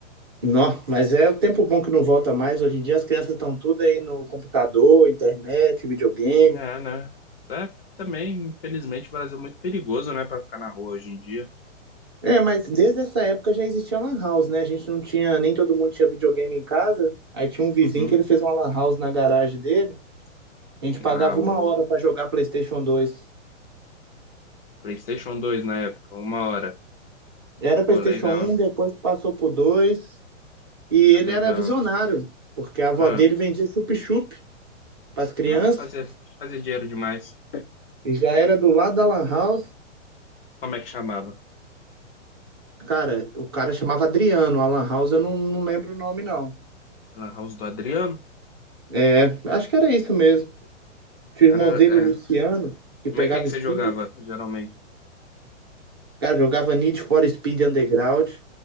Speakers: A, on the right (about 20°); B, on the left (about 50°).
A: Nó, mas é o tempo bom que não volta mais. Hoje em dia as crianças estão tudo aí no computador, internet, videogame.
B: É, né? É, também, infelizmente, o Brasil é muito perigoso, né, para ficar na rua hoje em dia.
A: É, mas desde essa época já existia lan house, né? A gente não tinha, nem todo mundo tinha videogame em casa. Aí tinha um vizinho
B: Uhum.
A: que ele fez uma lan house na garagem dele. A gente pagava
B: Ah, o
A: uma hora pra jogar PlayStation dois.
B: PlayStation 2 na época, uma hora.
A: Era PlayStation
B: Pô, legal,
A: um, depois passou pro 2. E ele
B: é legal.
A: era visionário, porque a avó
B: Ah,
A: dele vendia chup-chup para as crianças
B: ah, fazia, fazia dinheiro demais.
A: e já era do lado da Lan House.
B: Como é que chamava?
A: Cara, o cara chamava Adriano, a Lan House eu não, não lembro o nome, não.
B: Era House do Adriano?
A: É, acho que era isso mesmo. Tinha o
B: Era,
A: irmão dele, o Luciano,
B: é.
A: que pegava
B: Mas o que que
A: Speed,
B: você jogava, geralmente?
A: cara, jogava Need for Speed Underground,